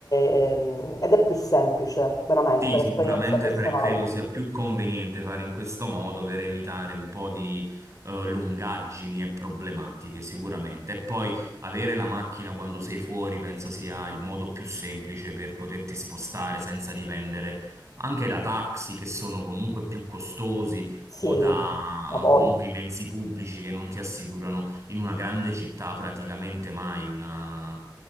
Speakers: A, on the left; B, on the right.
A: ehm, ed è più semplice, veramente,
B: Sì,
A: per
B: sicuramente
A: esperienza personale.
B: pre- credo sia più conveniente fare in questo modo per evitare un po' di eh, lungaggini e problematiche, sicuramente. E poi avere la macchina quando sei fuori penso sia il modo più semplice per poterti spostare senza dipendere anche da taxi che sono comunque più costosi
A: Sì,
B: o da
A: da voi.
B: o comunque i mezzi pubblici che non ti assicurano in una grande città praticamente mai una,